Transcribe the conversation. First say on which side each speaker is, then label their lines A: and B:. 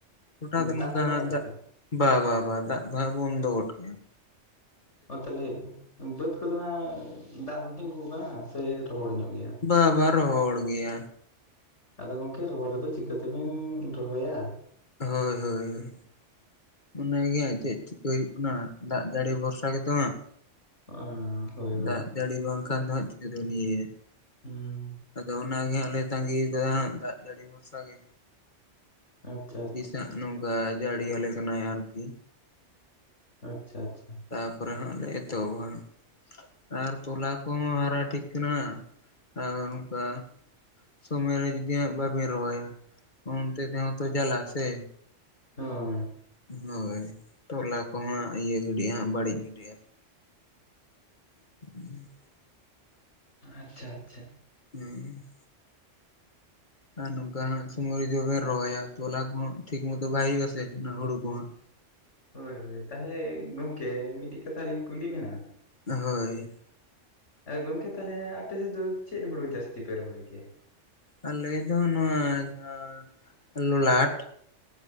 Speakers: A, on the left; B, on the left.
A: ᱜᱚᱴᱟ ᱱᱚᱝᱠᱟ
B: ᱫᱟᱜ ᱫᱚ ᱵᱟᱭ
A: ᱦᱟᱸᱜ
B: ᱫᱟᱜ ᱫᱟ᱾
A: ᱵᱟ ᱵᱟ ᱫᱟᱜ ᱫᱚ ᱦᱟᱸᱜ ᱵᱚᱱᱫᱚ ᱜᱚᱫ ᱠᱮᱫ ᱟᱭ᱾
B: ᱚ ᱛᱟᱦᱞᱮ ᱵᱟᱹᱫᱽ ᱠᱚ ᱫᱚ ᱦᱚᱸ ᱫᱟᱜ ᱫᱚ ᱛᱤᱜᱩ ᱠᱟᱱᱟ ᱥᱮ ᱨᱚᱦᱚᱲ ᱧᱚᱜ ᱜᱮᱭᱟ?
A: ᱵᱟ ᱵᱟ ᱨᱚᱦᱚᱲ ᱜᱮᱭᱟ᱾
B: ᱟᱫᱚ ᱜᱚᱝᱠᱮ ᱨᱚᱦᱚᱲ ᱨᱮᱫᱚ ᱪᱤᱠᱟᱹ ᱛᱮᱵᱤᱱ ᱨᱚᱦᱚᱭᱟ᱾
A: ᱦᱳᱭ ᱦᱳᱭ ᱚᱱᱟ ᱜᱮ ᱦᱟᱸᱜ ᱪᱮᱫ ᱪᱤᱠᱟᱹ ᱦᱩᱭᱩᱜ ᱠᱟᱱᱟ ᱫᱟᱜ ᱡᱟᱹᱲᱤ ᱵᱷᱚᱨᱥᱟ ᱜᱮ ᱛᱚ ᱦᱟᱸᱜ᱾
B: ᱚ ᱦᱳᱭ ᱦᱳᱭ᱾
A: ᱫᱟᱜ ᱡᱟᱹᱲᱤ ᱵᱟᱝ ᱠᱷᱟᱱ ᱫᱚ ᱦᱟᱸᱜ ᱪᱤᱠᱟᱹ ᱛᱮᱢ ᱤᱭᱟᱹ ᱭᱟ
B: ᱦᱩᱸ
A: ᱟᱫᱚ ᱚᱱᱟ ᱜᱮ ᱦᱟᱸᱜ ᱞᱮ ᱛᱟᱺᱜᱤ ᱠᱟᱫᱟ ᱦᱟᱸᱜ ᱫᱟᱜ ᱡᱟᱹᱲᱤ ᱵᱷᱚᱨᱥᱟ ᱜᱮ
B: ᱟᱪᱪᱷᱟ
A: ᱛᱤᱥ
B: ᱟᱪᱪᱷᱟ
A: ᱦᱟᱸᱜ ᱱᱚᱝᱠᱟ ᱡᱟᱹᱲᱤ ᱟᱞᱮ ᱠᱟᱱᱟᱭ ᱟᱨᱠᱤ᱾
B: ᱟᱪᱪᱷᱟ ᱟᱪᱪᱷᱟ᱾
A: ᱛᱟᱯᱚᱨᱮ ᱦᱟᱸᱜ ᱞᱮ ᱮᱛᱚᱦᱚᱵᱟ ᱦᱟᱸᱜ ᱟᱨ ᱛᱚᱞᱟ ᱠᱚᱦᱚᱸ ᱦᱟᱨᱟ ᱴᱷᱤᱠ ᱠᱟᱱᱟ ᱟᱨ ᱚᱱᱠᱟ ᱥᱩᱢᱚᱭ ᱨᱮ ᱡᱩᱫᱤ ᱦᱟᱸᱜ ᱵᱟᱵᱤᱱ ᱨᱚᱦᱚᱭᱟ ᱚᱱᱛᱮ ᱛᱮ ᱦᱚᱸ ᱛᱚ ᱡᱟᱞᱟ ᱥᱮ
B: <unintelligible>
A: ᱦᱳᱭ ᱛᱚᱞᱟ ᱠᱚ ᱦᱟᱸᱜ ᱤᱭᱟᱹ ᱜᱟᱹᱰᱤ ᱦᱟᱸᱜ ᱵᱟᱹᱲᱤᱡ ᱜᱤᱰᱤ-ᱟ᱾ <unintelligible>
B: ᱟᱪᱪᱷᱟ ᱟᱪᱪᱷᱟ᱾
A: ᱦᱩᱸ ᱟᱨ ᱱᱚᱝᱠᱟ ᱥᱚᱢᱚᱭ ᱨᱮ ᱡᱩᱫᱤ ᱵᱟᱵᱤᱱ ᱨᱚᱦᱚᱭᱟ ᱛᱚᱞᱟ ᱠᱚᱦᱚᱸ ᱴᱷᱤᱠ ᱢᱚᱛᱚ ᱵᱟᱭ ᱦᱩᱭᱩᱜ ᱟᱥᱮ ᱚᱱᱟ ᱦᱩᱲᱩ ᱠᱚ ᱦᱚᱸ
B: ᱦᱳᱭ ᱦᱳᱭ ᱛᱟᱦᱞᱮ ᱜᱚᱝᱠᱮ ᱢᱤᱫ ᱴᱮᱡ ᱠᱟᱛᱷᱟ ᱞᱤᱧ ᱠᱩᱞᱤ ᱵᱮᱱᱟ᱾
A: ᱦᱳᱭ
B: ᱟᱨ ᱜᱚᱝᱠᱮ ᱛᱟᱦᱞᱮ ᱟᱯᱮ ᱥᱮᱫ ᱫᱚ ᱪᱮᱫ ᱦᱩᱲᱩ ᱡᱟᱹᱥᱛᱤ ᱯᱮ ᱨᱚᱦᱚᱭ ᱜᱮᱭᱟ?
A: ᱟᱞᱮ ᱫᱚ ᱱᱚᱣᱟ ᱡᱟᱦᱟᱸ ᱞᱚᱞᱟᱴ᱾